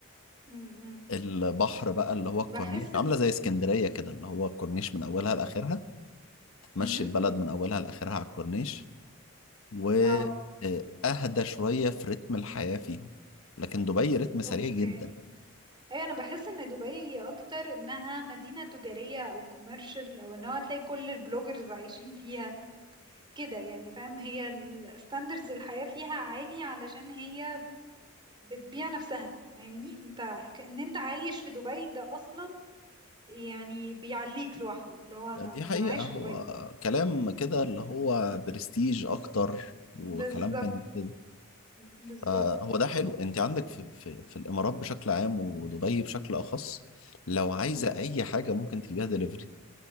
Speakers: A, on the right (about 20°); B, on the left (about 70°).
A: امم
B: البحر بقى اللي هو الكورنيش
A: بحس ان
B: عاملة زي اسكندرية كده اللي هو الكورنيش من اولها لاخرها تمشي
A: امم
B: البلد من اولها لاخرها على الكورنيش و
A: اه
B: آه، اهدى شوية في رتم الحياة فيها لكن دبي رتم سريع
A: اوكي
B: جدا
A: ايوه انا بحس ان دبي اكتر انها مدينة تجارية او كوميرشال او ان هو هتلاقي كل البلوجرز عايشين فيها كده يعني فاهم هي الستاندرز الحياة فيها عالي علشان هي بتبيع نفسها فاهمني انت ان انت عايش في دبي ده اصلا يعني بيعليك لوحده اللي هو انا
B: دي
A: ده
B: حقيقة
A: انا عايش
B: هو
A: في دبي
B: كلام كده اللي هو برستيج أكتر وكلام
A: بالظبط
B: من كده
A: بالظبط
B: فهو ده حلو أنت عندك في, في, في الإمارات بشكل عام ودبي بشكل أخص لو عايزة
A: مم.
B: أي حاجة ممكن تجيبها دليفري